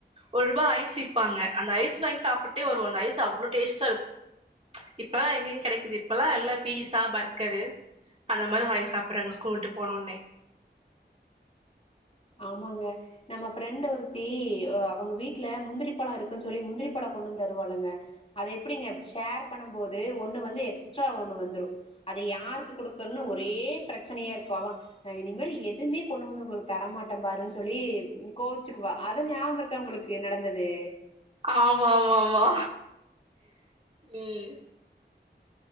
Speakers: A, on the right; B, on the left.
A: ஒரு ரூபா ஐஸ் விப்பாங்க அந்த ஐஸ் வாங்கி சாப்புட்டே வருவே அந்த ஐஸ் அவ்ளோ டேஸ்ட்டா இருக் ச்ச் இப்பல்லா எங்கெங்க கெடெக்கிது. இப்பல்லா எல்லா பீஸா பர்கரு அந்த மாரி வாங்கி சாப்றாங்க கூட்டு போனவொன்னே
B: ஆமாங்க நம்ம ஃப்ரெண்ட்டு ஒருத்தி அ அவுங்க வீட்ல முந்திரிப்பழோ இருக்குன்னு சொல்லி முந்திரி பழோ கொண்டு வந்து தருவால்லங்க. அத எப்டிங்க ஷேர் பண்ணும்போது ஒண்ணு வந்து எக்ஸ்ட்ரா ஒண்ணு வந்துரு. அது யாருக்கு குடுக்குற்ன்னு ஒரே ப்ரெச்சனையா இருக்கு. அவ நா இனிமேல் எதுவுமே கொண்டு வந்து உங்குளுக் தரமாட்டே பாருன் சொல்லி கோவிச்சுக்குவா. அது ஞாப இருக்கா உங்களுக்கு நடந்தது.
A: ஆமா ஆமா ஆமா ம்